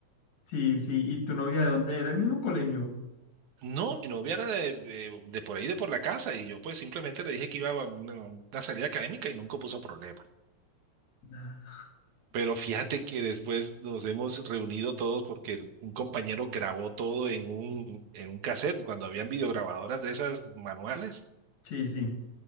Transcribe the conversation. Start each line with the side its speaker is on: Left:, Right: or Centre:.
Left: Sí, sí, ¿y tu novia de dónde era? ¿El mismo colegio?
Right: No, mi novia era de, de- de por ahí, de por la casa, y yo pues simplemente le dije que iba a una, una salida académica y nunca puso problema.
Left: Ah,
Right: Pero fíjate que después nos hemos reunido todos porque el- un compañero grabó todo en un, en un cassette cuando habían videograbadoras de esas manuales.
Left: Sí, sí.